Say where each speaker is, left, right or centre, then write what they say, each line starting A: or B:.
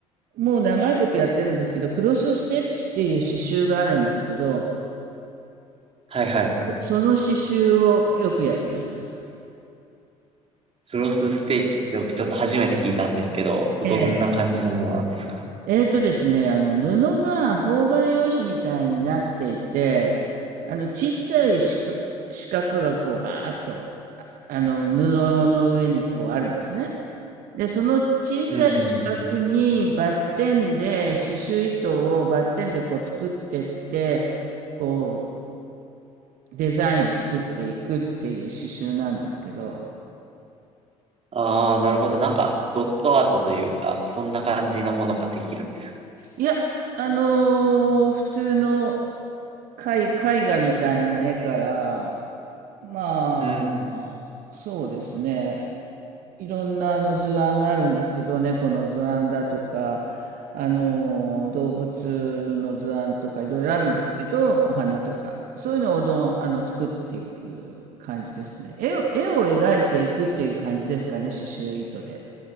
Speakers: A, on the right; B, on the right.
A: もう長いことやってるんですけど、クロスステッチっていう刺繍があるんですけど、
B: はいはい。
A: その刺繍をよくやっています。
B: クロスステッチって僕ちょっと初めて聞いたんですけど、どんな感じのものなんですか
A: ええ、えーとですね、あの、布が方眼用紙みたいになっていて、あの、ちっちゃい四角、四角がこう、バーッと、あの、布の上にこうあるんですね。で、その小さい四角にバッテンで、
B: うん。
A: 刺繍糸をバッテンでこう作ってって、こう、デザインを作っていくっていう刺繍なんですけど、
B: ああ、なるほど。なんか、ドットアートというか、そんな感じのものができるんですか。
A: いや、あのー普通の絵、絵画みたいな絵から、まあ、
B: うん。
A: そうですね。いろんなあの図案があるんですけど、猫の図案だとか、あの、動物の図案とかいろいろあるんですけど、お花とか。そういうのをどん、あの、作っていく感じですね。絵を、絵を描いていくっていう感じですかね、刺繍糸で。